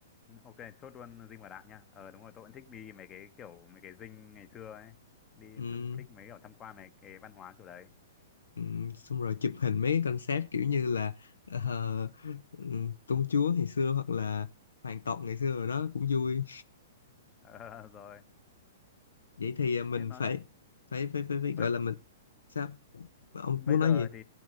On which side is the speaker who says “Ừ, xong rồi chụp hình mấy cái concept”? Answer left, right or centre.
Left